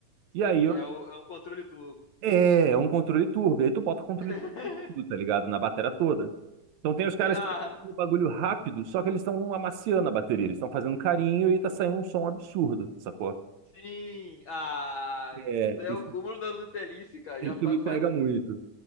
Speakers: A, on the right; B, on the left.
A: E
B: sim,
A: aí eu,
B: é, o, é o controle turbo.
A: é, é um controle turbo. E aí tu bota controle
B: <laughs>
A: turbo, em tudo, tá ligado? Na bateria toda. Então tem os caras
B: Ah,
A: que estão tocando bagulho rápido, só que eles estão amaciando a bateria, eles estão fazendo carinho e tá saindo um som absurdo, sacou?
B: sim, ah,
A: É,
B: isso daí
A: isso,
B: é o cúmulo da Nutelice, cara.
A: isso
B: Já fa-
A: me pega
B: faz,
A: muito.